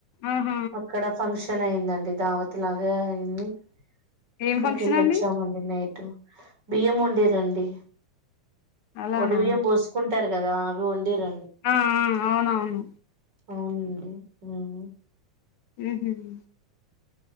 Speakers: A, on the left (about 70°); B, on the right (about 35°).
A: ఆహ
B: ఇక్కడ ఫంక్షన్ అయిందండి దావత్ లాగా అయింది అక్కడికి
A: ఏం ఫంక్షన్
B: వెళ్ళోచ్చామండి
A: అండి
B: నైట్ బియ్యం వండిరు రండి
A: అలానా
B: ఒడి బియ్యం పోసుకుంటారు కదా అవి వండి రండి
A: ఆ ఆ అవునవును
B: అవునండి ఉం
A: హు హామ్